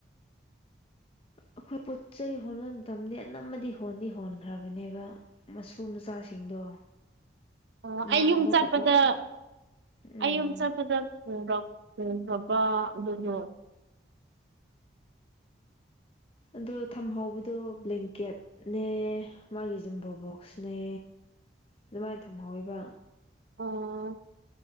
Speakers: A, on the left; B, on the right.
A: ꯑꯩꯈꯣꯏ ꯄꯣꯠ ꯆꯩꯩ ꯍꯣꯟꯕ ꯃꯇꯝꯗꯤ ꯑꯅꯝꯕꯗꯤ ꯍꯣꯟꯗꯤ ꯍꯣꯟꯈ꯭ꯔꯕꯅꯦꯕ ꯃꯁꯨ ꯃꯆꯥꯁꯤꯡꯗꯣ
B: ꯑꯣ
A: ꯃꯥꯅ
B: ꯑꯩꯌꯨꯝ
A: ꯑꯃꯨꯛꯀ
B: ꯆꯠꯄꯗ
A: ꯄꯣꯛ ꯎꯝ
B: ꯑꯩꯌꯨꯝ ꯆꯠꯄꯗ ꯍꯣꯡꯈ꯭ꯔꯥ ꯍꯣꯡꯈ꯭ꯔꯕꯥ ꯑꯗꯨꯗꯣ
A: ꯑꯗꯨ ꯊꯝꯍꯧꯕꯗꯣ ꯕ꯭ꯂꯦꯡꯀꯦꯠ ꯅꯦ ꯃꯥꯒꯤ ꯖꯝꯕꯣ ꯕꯣꯛꯁꯅꯦ ꯑꯗꯨꯃꯥꯏꯅ ꯊꯝꯍꯧꯌꯦꯕ
B: ꯑꯣ